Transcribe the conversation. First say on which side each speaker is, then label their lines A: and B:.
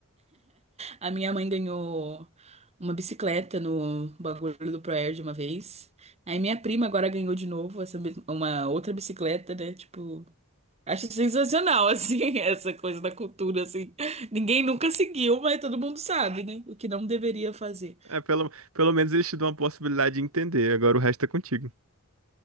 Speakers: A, on the right (about 30°); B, on the right (about 70°).
A: A minha mãe ganhou uma bicicleta no bagulho do Proerd de uma vez. Aí minha prima agora ganhou de novo essa, mes- uma outra bicicleta, né? Tipo, acho sensacional, <laughs> assim, essa coisa da cultura, assim. Ninguém nunca seguiu, mas todo mundo sabe, né? O que não deveria fazer.
B: É, pelo, pelo menos eles te dão a possibilidade de entender. Agora o resto é contigo.